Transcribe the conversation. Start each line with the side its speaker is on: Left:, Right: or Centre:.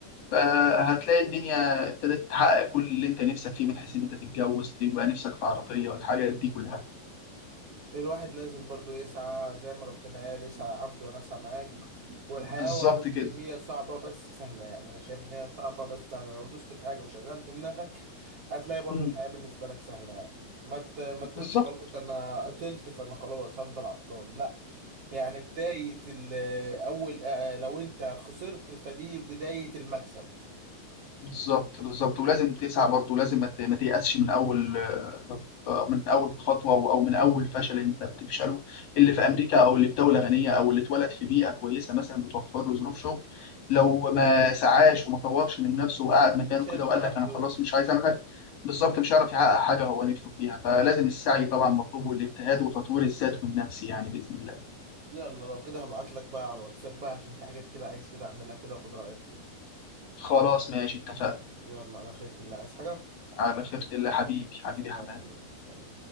Left: فهتلاقي الدنيا ابتدت تحقق كل اللي انت نفسك فيه من حيث ان انت تتجوز تبقى نفسك في عربيه والحاجات دي كلها
Right: الواحد لازم برضو يسعى زي ما ربنا قال اسعى يا عبد وانا اسعى معاك والحياة
Left: بالظبط
Right: والله
Left: كده
Right: هي صعبة بس سهلة يعني انا شايف ان هي صعبة بس سهلة لو دوست في حاجة وشغلت دماغك هتلاقي برضو
Left: مم.
Right: الحياة بالنسبة لك سهلة يعني ما ت... ما تقولش
Left: بالظبط
Right: خلاص انا عطلت فانا خلاص هفضل عطلان لا يعني بداية ال... اول آه، لو انت خسرت فدي بداية المكسب
Left: بالظبط بالظبط ولازم تسعى برضه ولازم ما ت- ما تيأسش من اول آه، من اول خطوه او أو من اول فشل انت بتفشله اللي في امريكا او اللي في دوله غنيه او اللي اتولد في بيئه كويسه مثلا بتوفر له ظروف شغل لو ما سعاش وما طورش من نفسه وقعد مكانه
Right: مش هيبقى
Left: كده وقال
Right: معاه
Left: لك
Right: فلوس
Left: انا خلاص مش عايز اعمل حاجه بالظبط مش هيعرف يحقق حاجه هو نفسه فيها فلازم السعي طبعا مطلوب والاجتهاد وتطوير الذات والنفس يعني باذن الله
Right: يلا لو كده هبعت لك بقى على الواتساب بقى عشان في حاجات كده عايز كده اعملها كده واخد رأيك فيها
Left: خلاص ماشي اتفقنا
Right: يلا على خيرة الله عايز حاجة
Left: على خيرة الله حبيبي
Right: سلام
Left: حبيبي حماد
Right: يا غالي. سلام